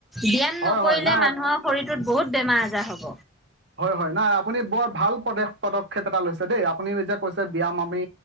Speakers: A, in the centre; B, on the right.
A: ব্যায়াম
B: হয়
A: নকৰিলে
B: হয় নাই
A: মানুহৰ শৰীৰটোত বহুত বেমাৰ আজাৰ হ'ব।
B: হয় হয়, নাই আপুনি বৰ ভাল পদ-পদক্ষেপ এটা লৈছে দেই, আপুনি যে কৈছে ব্যায়াম আমি